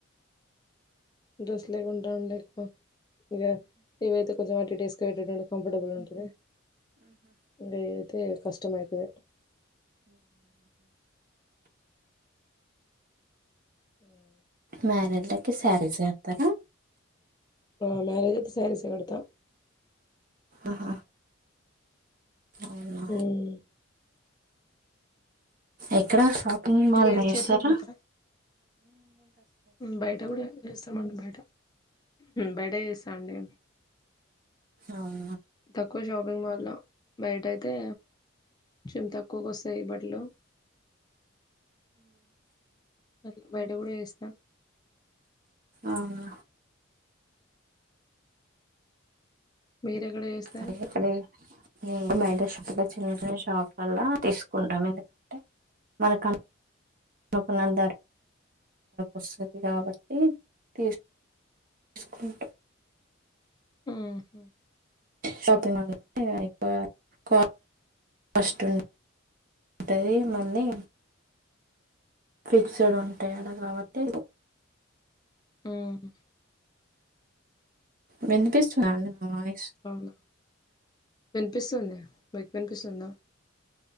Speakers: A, on the left; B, on the right.
A: డ్రెస్సులే కొంటానలే ఎక్కువ ఇ ఇవయితే కొంచెం అటు ఇటు వేసు ట <unintelligible> కంఫర్టబుల్ ఉంటుంది ఇకా ఇద అయితే కష్టమయిపై హమ్
B: మ్యారేజ్ల కి సారీస్ కడతారా
A: ఆహ్ మ్యారేజ్ అయితే సారీస్ ఎహ్ కడతా
B: ఆహా అవునా
A: హమ్
B: ఎక్కడ షాపింగ్ మాల్
A: మీరు
B: లో ఛేస్తారా
A: చీరలే కడతారా బయట కూడా చేస్తామండి బయట బయట చేస్తాండి
B: అవునా
A: తకు క్కువ షాపింగ్ మాల్ లో బయట అయితే కోన్చం తక్కువకు వస్తాయి బట్టలు ఆది బయట కూడా చేస్న
B: ఆహ్
A: మీరు ఎక్కడ చేస్తారు
B: అరే <unintelligible> చిన్న చిన్న షాప్లల్లా తీసుకుంటాం ఎందుకంటే మనకు నకునందారు అస్తదీ కాబట్టి తీస్ సుకుటం
A: ఉహు
B: షాపింగ్ మాల్ లో ఎక్కువ కాస్ట్ ఉ ఉంటుంది మళ్ళీ ఫిక్స్డ్ ఉంటాయి ఆడా కాబట్టి
A: హమ్
B: వినిపిస్ ద అండి నా వాయిస్
A: అవునా వినిపిస్తుంది మీకు వినిపిస్తుందా